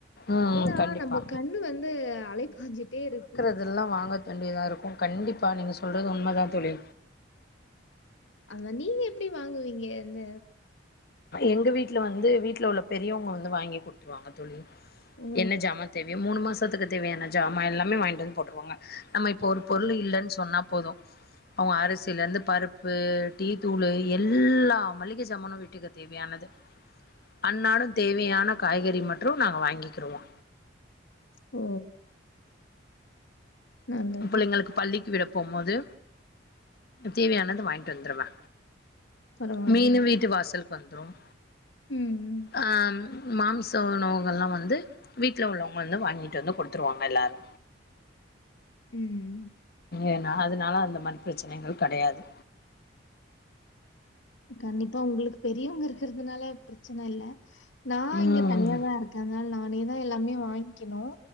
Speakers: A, on the left; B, on the left.
A: ம்
B: ஏன்னா
A: கண்டிப்பா
B: நம்ம கண்ணு வந்து அலைப்பாஞ்சிட்டே இருக்கு
A: அதெல்லா வாங்க தண்டி தா இருக்கு கண்டிப்பா நீங்க சொல்றது உண்ம தா தோழி
B: அதா நீங்க எப்டி வாங்குவீங்க அந்த
A: எங்க வீட்ல வந்து வீட்ல உள்ள பெரியவங்க வந்து வாங்கி குடுத்துருவாங்க தோழி
B: ஓ!
A: என்ன ஜாமன் தேவையோ மூணு மாசத்துக்கு தேவையான ஜாமான் எல்லாமே வாங்கிட்டு வந்து போட்டுருவாங்க நம்ம இப்ப ஒரு பொருள் இல்லன்னு சொன்னா போது அவங்க அரிசியில இருந்து பருப்பு டீ தூள் எல்லா மளிக சமானு வீட்டுக்கு தேவையானது அன்னாடு தேவையான காய்கறி மட்ரு நாங்க வாங்கிக்கிருவோ
B: ஓ நல்லது.
A: புள்ளைங்களுக்கு பள்ளிக்கு விட போம் போது தேவையானது வாங்கிட்டு வந்துருவே
B: பரவாயில்லையே.
A: மீனு வீட்டு வாசலுக்கு வந்துரும்
B: ம் ம்
A: ஆ மாமிச உணவுகள்லா வந்து வீட்டில் உள்ளவங்க வந்து வாங்கிட்டு வந்து குடுத்துருவாங்க எல்லோரு
B: ம்
A: ஏன்னா அதனால அந்த மாரி பிரச்சனைகள் கெடையாது
B: கண்டிப்பா உங்களுக்கு பெரியவங்க இருக்கறதுனால பிரச்சனை இல்ல நா
A: ம்
B: இங்க தனியாதா இருக் கேங்க நானேதா எல்லாமே வாங்கிகணு